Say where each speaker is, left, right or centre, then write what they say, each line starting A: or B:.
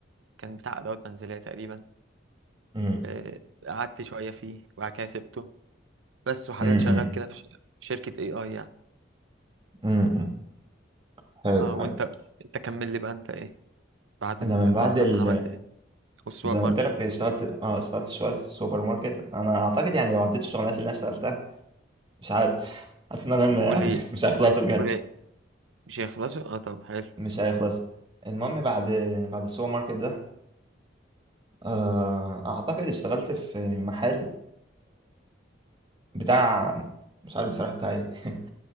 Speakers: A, on the right (about 85°); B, on the right (about 25°).
A: كان بتاع ادوات منزلية تقريبا
B: امم
A: آه، قعدت شوية فيه وبعد كده سبته بس وحاليا
B: امم
A: شغال كده في شركة اي اي يعني
B: امم حلو
A: اه
B: حلو
A: وانت انت كمل لي بقى انت ايه بعد
B: انا
A: المصنع
B: من بعد ال...
A: ده عملت والسوبر
B: زي ما
A: ماركت
B: قلت لك اشتغلت اه اشتغلت شويه في السوبر ماركت انا اعتقد يعني لو عديت الشغلانات اللي انا اشتغلتها مش عارف حاسس ان انا م- يعني
A: قول ايه
B: <laughs> مش هيخلصوا بجد
A: قول ايه مش هيخلصوا اه طب حلو
B: مش هيخلص المهم بعد بعد السوبر ماركت ده آه، اعتقد اشتغلت في محل بتاع مش عارف بصراحة بتاع ايه <laughs>